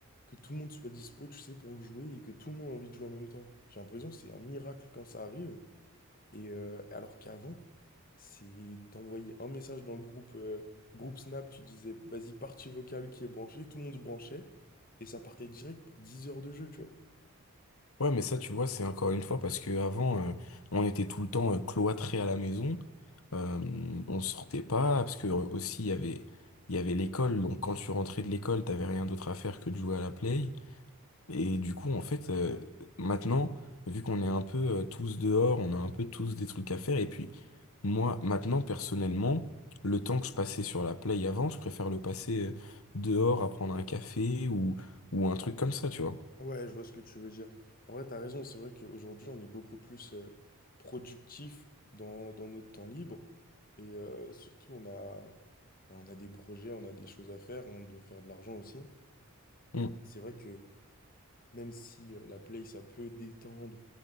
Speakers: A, on the left; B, on the left.
A: que tout le monde soit dispo, tu sais, pour jouer et que tout le monde a envie de jouer en même temps. J'ai l'impression que c'est un miracle quand ça arrive, Et euh, alors qu'avant, c'est t'envoyais un message dans le groupe, euh, groupe Snap, tu disais vas-y partie vocale qui est branchée, tout le monde se branchait, et ça partait direct pour 10 heures de jeu, tu vois.
B: Ouais, mais ça, tu vois, c'est encore une fois parce que avant, euh, on était tout le temps euh, cloîtrés à la maison. Euh, on sortait pas parce que euh, aussi il y avait, il y avait l'école. Donc quand tu rentrais de l'école, t'avais rien d'autre à faire que de jouer à la play. Et du coup, en fait, euh, maintenant, vu qu'on est un peu euh, tous dehors, on a un peu tous des trucs à faire. Et puis moi, maintenant, personnellement, le temps que je passais sur la play avant, je préfère le passer euh, dehors à prendre un café ou ou un truc comme ça, tu vois.
A: Ouais, je vois ce que tu veux dire. En vrai, t'as raison, c'est vrai qu'aujourd'hui, on est beaucoup plus euh, productif dans, dans notre temps libre, et euh, surtout, on a, on a des projets, on a des choses à faire, on doit faire de l'argent aussi.
B: Mm.
A: C'est vrai que même si euh, la play, ça peut détendre